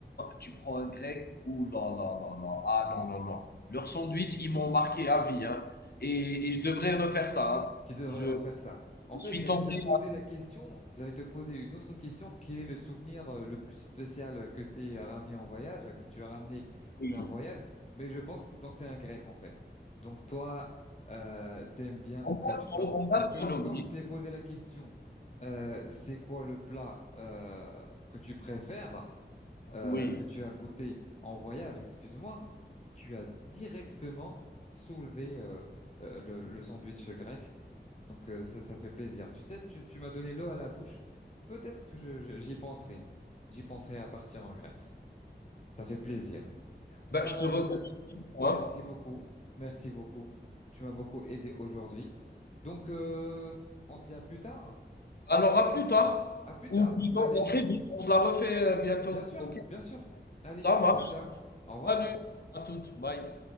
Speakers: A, on the left (about 60°); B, on the left (about 40°).
A: tu prends un grec ou là, là, là, là. Ah non, non, non. Leur sandwich, ils m'ont marqué à vie. hein. Et, et je devrais refaire ça. hein.
B: qui devrait
A: Je,
B: refaire ça. En fait,
A: suis
B: j'allais
A: tenté.
B: te poser la question, j'allais te poser une autre question. Quel est le souvenir euh, le plus spécial que t'es ramené en voyage, que tu as ramené
A: Oui.
B: d'un voyage? Mais je pense donc c'est un grec en fait. Donc toi, euh, t'aimes bien donc
A: En gastro-
B: euh, tu te rapp-
A: en gastronomie,
B: parce que quand je t'ai posé la question, euh, c'est quoi le plat euh, que tu préfères euh,
A: oui.
B: que tu as goûté en voyage? Excuse-moi, tu as directement soulevé euh, euh, le, le sandwich grec. Donc euh, ça, ça fait plaisir. Tu sais, tu, tu m'as donné l'eau à la bouche. Peut-être que je, je- j'y penserai. J'y penserai à partir en Grèce. Ça fait plaisir. Bah,
A: Bah, je te recommande
B: je-
A: vivement, hein.
B: merci beaucoup. Merci beaucoup. Tu m'as beaucoup aidé aujourd'hui. Donc, euh, on se dit à plus tard.
A: Alors à plus tard,
B: À plus
A: ou
B: tard.
A: plutôt
B: Allez,
A: à très vite, on se la refait, heu, bientôt,
B: bien sûr,
A: OK?
B: bien sûr. Allez,
A: Ça marche.
B: ciao, ciao. Au revoir.
A: Salut, à toutes, bye.